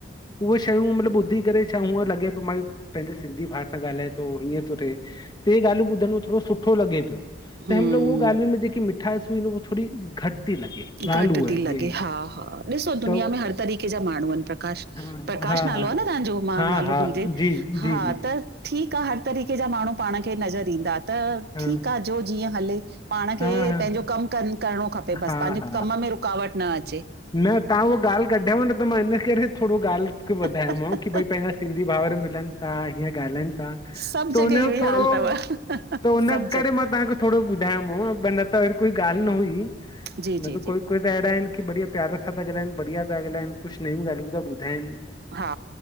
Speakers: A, on the left; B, on the right.
A: उह शयूं, मतलब ॿुधी करे छा हूअं लॻे पो मन पंजे सिन्धी भा सां ॻाल्हाए थो। हीअं थो थिए। ट्रे ॻाल्यूं ॿुधण में थोरो सुठो लॻे पियो।
B: हम्म
A: त हेमल उहोे ॻाहलुन् में जेकी मिठास हुई न थोरी घट थी लॻे।
B: घट
A: ॻाल्हि
B: थती
A: उहा आहे ॿिए
B: लॻे। हा, हा, ॾिसो दुनिया
A: त
B: में हर तरीक़े जा माण्हू आहिन प्रकाश।
A: हा
B: प्रकाश
A: हा
B: नालो
A: हा
B: आ न तांजो? मां
A: हा
B: नालो
A: हा
B: भुलिजे,
A: जी जी
B: हा,
A: जी जी
B: त। ठीक आ, हर तरीक़े जा माण्हू पाण खे नज़र ईंदा त
A: हा
B: ठीक आ, जो जीअं हले। पाण
A: हा
B: खे पेंजो कम करन करिणो खपे, बस
A: हा
B: पंहेजो
A: हा हा
B: कम में रुकावट न अचे।
A: न तां उहो ॻाल्ह कढयव न, त मां हिन करे थोरो ॻाल्ह खे वधायो
B: आहे
A: माव कि भई पंहिंजा। सिंधी भावर मिलन ता। हीअं ॻालायन ता त
B: सभु जॻह
A: हुनयो
B: इहो ई
A: थोरो।
B: हाल अथव
A: त उन
B: सभु
A: करे
B: जॻह
A: मां तांखे। थोरो ॿुधायोम होे पर वन त कोई ॻाल्हि न हुई,
B: जी
A: न
B: जी
A: त
B: जी
A: कोई कोई त अहिड़ा आहिन की बढ़िया। प्यार सां था ॻाल्हन, बढ़िया था ॻाल्हन, कूछ नयुं ॻाल्हियूं था ॿूधाइन।
B: हा,